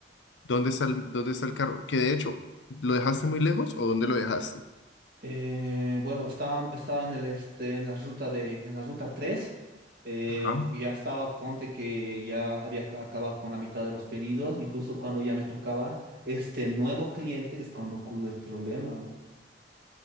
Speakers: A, on the left; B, on the right.
A: dónde está el, dónde está el carro. Que de hecho, ¿lo dejaste muy lejos o dónde lo dejaste?
B: Eh, bueno, estaba, estaba en el este, en la ruta de, en la ruta 3, eh,
A: Ajá.
B: ya estaba, ponte que ya había ca- acabado con la mitad de los pedidos y justo cuando ya me tocaba este nuevo cliente es cuando ocurre el problema.